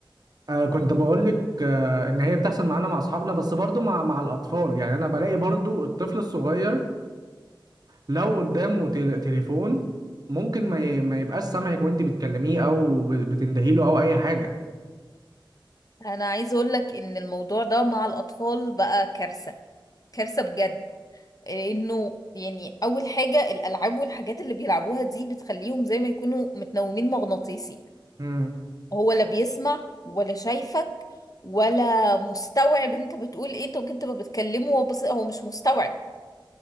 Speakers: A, on the right; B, on the left.
A: آه كنت بقول لك آه ان هي بتحصل معانا مع اصحابنا بس برضو مع مع الاطفال يعني انا بلاقي برضو الطفل الصغير لو قدامه تل- تليفون ممكن ما ي- ما يبقاش سامعك وانت بتكلميه او ب- بتندهيله او اي حاجه
B: انا عايز اقول لك ان الموضوع ده مع الاطفال بقى كارثة كارثة بجد انه يعني اول حاجة الالعاب والحاجات اللي بيلعبوها دي بتخليهم زي ما يكونوا متنومين مغناطيسي
A: امم
B: هو لا بيسمع ولا شايفك ولا مستوعب انت بتقول ايه انت ممكن تبقى بتكلمه هو بس هو مش مستوعب